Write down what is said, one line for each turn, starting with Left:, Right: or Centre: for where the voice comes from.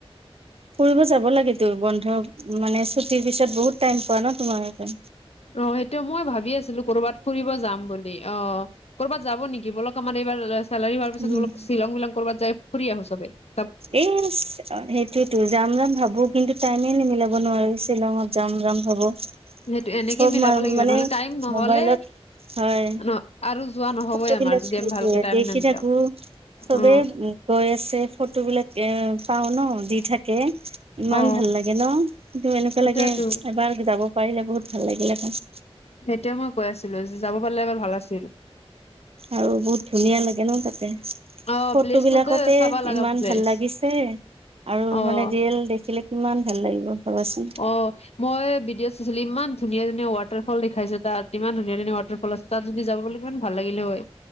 Right: ফুৰিব যাব লাগে ত বন্ধ মানে ছুটিৰ পিছত বহুত টাইম পোৱা ন তোমাৰ
Left: অ সেইটো মই ভাবি আছিলো কৰবাত ফুৰিব যাম বুলি অ ক'ৰবাত যাব নেকি বল আমাৰ এইাৰ চেলাৰী হোৱাৰ পিছত
Right: উম
Left: বোল শ্বিলং বিলং কৰ'ৰবাত যাই ফুৰি আহোঁ চে
Right: এ সেইটোৱেতো যাম যাম ভাবো কিন্তু টাইমে নিমিলাব নোৱাৰো শ্বিলঙত যাম যাম ভাবো
Left: সেইটো এনেকে
Right: চব
Left: মিলাব
Right: মই
Left: লাগিব
Right: মানে
Left: নহলে টাইম নহলে
Right: মোবাইলত হয়
Left: ন আৰু যোৱা নহবই
Right: ফটো
Left: আমাৰ
Right: বিলাক
Left: যদি
Right: খাইছে
Left: আমি ভালকে টাইম
Right: দেখি
Left: নিমিলাও
Right: থাকো চবে
Left: অ
Right: গৈ আছে ফটো বিলাক এ পাওঁ ন দি থাকে ইমান
Left: অ
Right: ভাল ভাল লাগে ন কিন্তু এনেকুৱা
Left: সেইটোয়েতো
Right: লাগে এবাৰ যাব পাৰিলে বহুত ভাল লাগিলে হয়াই
Left: এতিয়া মই কৈ আছিলো যে যাব পাৰিলে এবাৰ ভাল আছিল
Right: আৰু বহুত ধুনীয়া লাগে ন তাতে
Left: অ
Right: ফটো
Left: প্লেচটো
Right: বিলাকতে
Left: যে চাবা লগা
Right: ইমান
Left: প্লেচ
Right: ভাল লাগিছে আৰু
Left: অ
Right: মানে ৰিয়েল দেখিলে কিমান ভাল লাগিব ভাবাচোন
Left: অ মই ভিডিঅ' চাইছিলো ইমান ধুনীয়া ধুনীয়া ৱাটটাৰল দেখাইছে তাত ইমান ধুনীয়া ধুনীয়া ৱাটাৰফল আছে তাত যদি যাবলৈাগ ইমান ভাল লাগিলে হয়